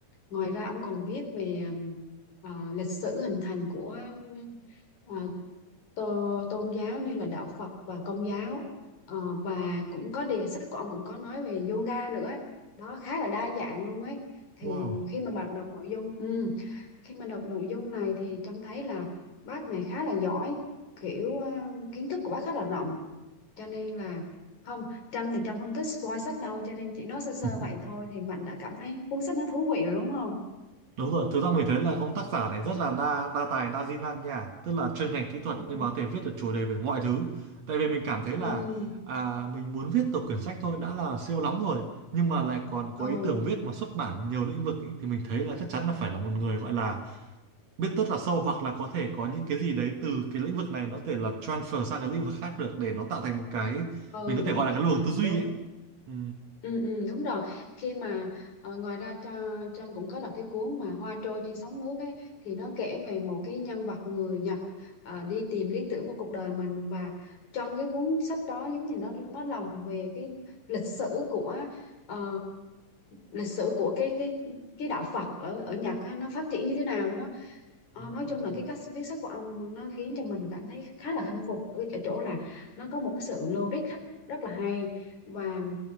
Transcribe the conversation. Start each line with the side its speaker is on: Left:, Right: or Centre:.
Left: ngoài ra ông còn viết về ừm, à, lịch sử hình thành của ừm, à, tô- tôn giáo như là đạo Phật và Công giáo Ờ, và cũng có đề sách của ông cũng có nói về yoga nữa đó khá là đa dạng luôn ấy thì
Right: wow
Left: khi mà bạn đọc nội dung ừ, khi mà đọc nội dung này thì trông thấy là bác này khá là giỏi kiểu ờ, kiến thức của bác khá là rộng cho nên là không Trâm thì Trâm không thích spoil sách đâu cho nên chỉ nói sơ sơ
Right: <laughs>
Left: vậy thôi thì Mạnh đã cảm thấy cuốn sách nó thú vị rồi đúng không
Right: Đúng rồi, thực ra mình thấy là ông tác giả này rất là đa đa tài đa di năng nha, tức là chuyên ngành kỹ thuật
Left: ừ
Right: nhưng mà có thể viết được chủ đề về mọi thứ. Tại vì mình cảm thấy
Left: ừ
Right: là à, mình muốn viết tập quyển sách thôi đã là siêu lắm rồi, nhưng mà lại còn có
Left: ừ,
Right: ý tưởng viết mà xuất bản nhiều lĩnh vực ý, thì mình thấy là chắc chắn là phải là một người gọi là biết rất là sâu hoặc là có thể có những cái gì đấy từ cái lĩnh vực này nó có thể là transfer sang cái lĩnh vực khác được để nó tạo thành một cái
Left: ừ
Right: mình có
Left: đúng
Right: thể gọi là cái luồng tư duy
Left: đúng
Right: ấy. Ừ.
Left: Ừ, ừ, đúng rồi khi mà ờ, ngoài ra cho Trang cũng có đọc cái cuốn mà Hoa trôi trên sóng nước ấy thì nó kể về một cái nhân vật người Nhật ờ, đi tìm lý tưởng của cuộc đời mình và trong cái cuốn sách đó giống như nó nó lồng về cái lịch sử của ờ, lịch sử của cái cái cái đạo Phật ở ở Nhật á, nó phát triển như thế nào luôn á
Right: Đó.
Left: Ờ, nói chung là cái cách viết sách của ông nó khiến cho mình cảm thấy khá là khâm phục ở ở chỗ là nó có một cái sự logic rất rất là hay và